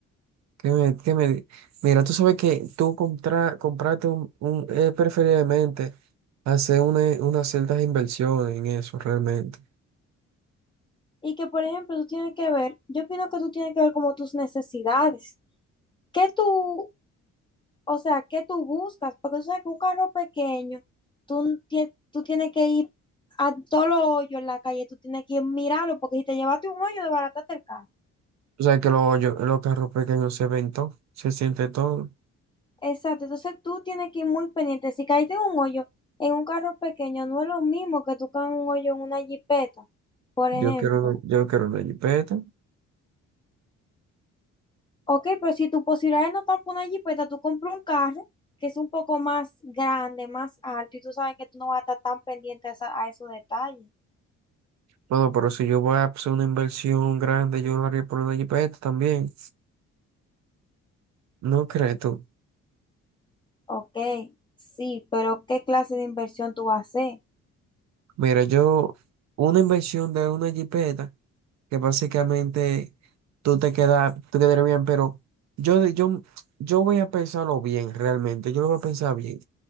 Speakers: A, on the right (about 65°); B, on the left (about 15°).
A: ¿Qué me, qué me... Mira, tú sabes que tú compra, compraste un, un eh, preferiblemente hacer una- unas ciertas inversiones en eso realmente.
B: Y que, por ejemplo, tú tienes que ver, yo opino que tú tienes que ver como tus necesidades. ¿Qué tú, o sea, qué tú buscas? Porque tú sabes que un carro pequeño, tú, n- tie- tú tienes que ir a todos los hoyos en la calle, tú tienes que ir a mirarlo, porque si te llevaste un hoyo, desbarataste el carro.
A: O sea que los, yo- los carros pequeños se ven todo, se siente todo.
B: Exacto, entonces tú tienes que ir muy pendiente. Si caíste en un hoyo en un carro pequeño, no es lo mismo que tú caes en un hoyo en una jipeta, por
A: Yo
B: ejemplo.
A: quiero una, yo quiero una jipeta.
B: Ok, pero si tus posibilidades no están por una jipeta, tú compras un carro que es un poco más grande, más alto, y tú sabes que tú no vas a estar tan pendiente a, esa- a esos detalles.
A: Bueno, pero si yo voy a hacer una inversión grande, yo lo haría por una jipeta también. ¿No crees tú?
B: Ok, sí, pero ¿qué clase de inversión tú vas a hacer?
A: Mira, yo, una inversión de una jipeta, que básicamente tú te quedas, tú quedarías bien, pero yo, yo, yo voy a pensarlo bien, realmente, yo lo voy a pensar bien